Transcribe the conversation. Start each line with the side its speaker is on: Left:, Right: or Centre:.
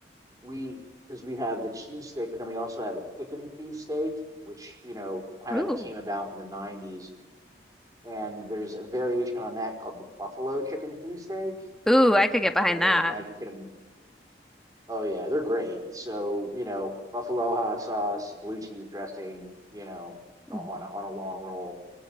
Right: we because we have the cheesesteak, but then we also have a chicken cheesesteak, which you know kind
Centre: Ooh.
Right: of came about in the '90s. And there's a variation on that called the buffalo chicken cheesesteak.
Centre: Ooh, I could get behind
Right: So,
Centre: that.
Right: and as you can, im- oh yeah, they're great. So, you know, buffalo hot sauce, blue cheese dressing, you know,
Centre: hmm
Right: on a, on a long roll.